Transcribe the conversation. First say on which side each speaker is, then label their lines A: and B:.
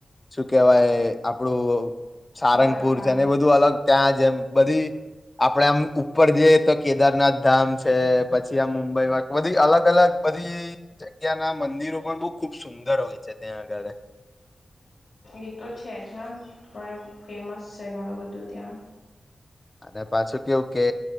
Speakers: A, on the left; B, on the left.
A: કેવાય આપણું સારંગપુર
B: દ્વારકા
A: છે ને બધું અલગ ત્યાં જેમ બધી આપડે આમ ઉપર જઈએ તો કેદારનાથ ધામ છે પછી આ મુંબઈમાં બધી અલગ અલગ બધી જગ્યા ના મંદિરો પણ બહું ખુબ સુંદર હોય છે ત્યાં આગળ
B: એતો છે હ ઘણું ફેમસ છે ઘણું બધું ત્યાં
A: અને પાછું કેવું કે